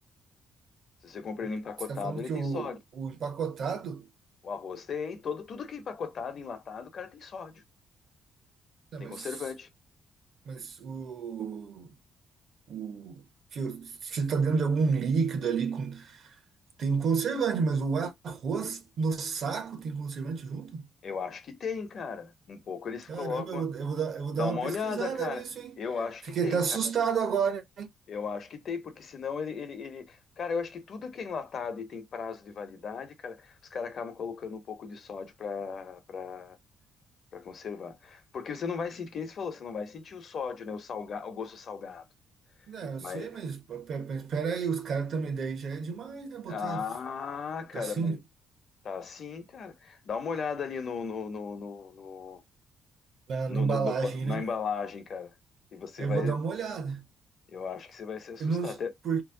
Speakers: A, on the left; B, on the right.
A: Se você compra
B: O
A: ele
B: que-
A: empacotado,
B: Você está falando
A: ele
B: que
A: tem
B: o,
A: sódio.
B: o empacotado.
A: O arroz tem, todo, tudo que é empacotado, enlatado, o cara tem sódio.
B: Não,
A: Tem
B: mas,
A: conservante.
B: mas o, o que o- que está dentro de algum líquido ali com, tem um conservante, mas o arroz no saco tem conservante junto?
A: Eu acho que tem, cara. Um pouco eles
B: Caramba,
A: colocam.
B: eu vou, eu vou dar, eu vou
A: Dá
B: dar uma
A: uma
B: pesquisada
A: olhada, cara.
B: nisso, hein?
A: Eu acho
B: Fiquei
A: que tem,
B: até assustado
A: cara.
B: agora.
A: Eu acho que tem, porque senão ele, ele, ele... Cara, eu acho que tudo que é enlatado e tem prazo de validade, cara, os caras acabam colocando um pouco de sódio pra, pra, pra conservar. Porque você não vai sentir, quem você falou, você não vai sentir o sódio, né? O, salga... o gosto salgado.
B: Não, eu
A: Mas.
B: sei, mas espera aí, os caras também daí já é demais, né? Botar
A: Ah, cara,
B: assim
A: mas Tá sim, cara. Dá uma olhada ali no, no, no, no, no-
B: na,
A: no-
B: na embalagem,
A: no- no pa- na
B: né?
A: embalagem, cara. E você
B: Eu
A: vai.
B: vou dar uma olhada.
A: Eu acho que você vai se assustar.
B: Eu não, s-
A: Até... <laughs>
B: por,